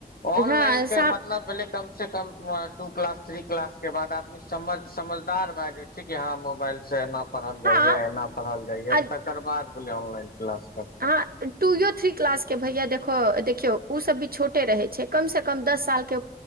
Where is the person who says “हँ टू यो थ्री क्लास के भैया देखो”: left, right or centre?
Right